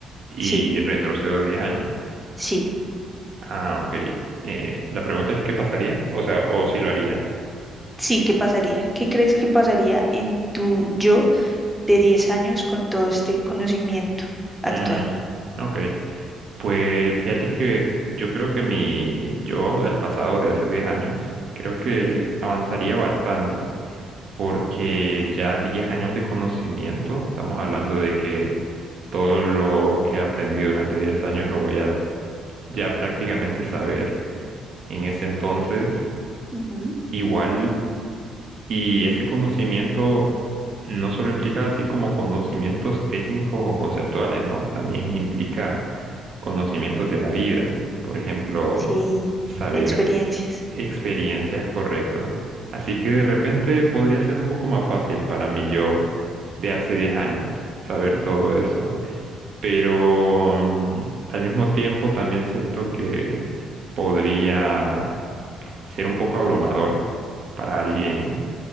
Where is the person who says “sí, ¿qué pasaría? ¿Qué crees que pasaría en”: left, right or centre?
Centre